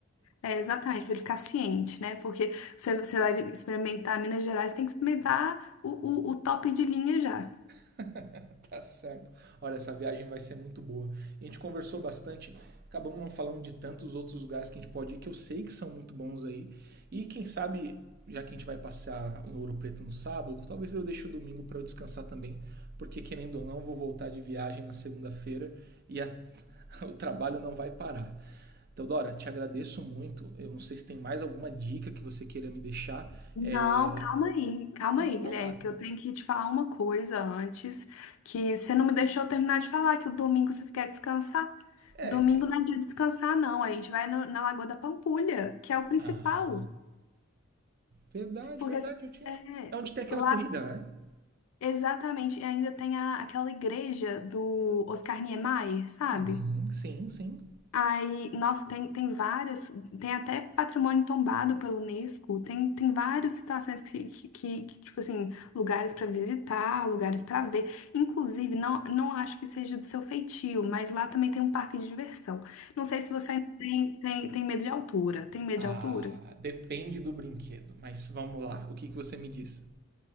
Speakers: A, on the left (about 85°); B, on the right (about 45°).
A: É, exatamente, para ele ficar ciente, né? Porque você, você vai experimentar Minas Gerais, tem que experimentar o, o, o top de linha já.
B: <laughs> tá certo. Olha, essa viagem vai ser muito boa. A gente conversou bastante, acabamos não falando de tantos outros lugares que a gente pode ir, que eu sei que são muito bons aí. E quem sabe, já que a gente vai passear em Ouro Preto no sábado, talvez eu deixe o domingo para eu descansar também, porque querendo ou não, eu vou voltar de viagem na segunda-feira e a- <laughs> o trabalho não vai parar. Teodora, te agradeço muito. Eu não sei se tem mais alguma dica que você queira me deixar.
A: Não,
B: É,
A: calma aí, calma
B: Pode
A: aí,
B: falar.
A: Guilherme, que eu tenho que te falar uma coisa antes, que você não me deixou terminar de falar, que o domingo você quer descansar.
B: É,
A: Domingo não é dia de descansar, não. A gente vai no- na Lagoa da Pampulha, que é o principal.
B: Ah, verdade,
A: Porque
B: verdade, eu tinha.
A: é,
B: É onde tem aquela
A: lá
B: corrida, né?
A: Exatamente, e ainda tem a, aquela igreja do Oscar Niemeyer, sabe?
B: Uhum. Sim, sim.
A: Aí, nossa, tem, tem várias, tem até patrimônio tombado pelo Unesco, tem, tem várias situações que, que, que- que, tipo assim, lugares para visitar, lugares para ver. Inclusive, não, não acho que seja do seu feitio, mas lá também tem um parque de diversão. Não sei se você ainda tem, tem, tem medo de altura. Tem medo
B: Ah,
A: de altura?
B: depende do brinquedo, mas vamos lá, o que que você me diz?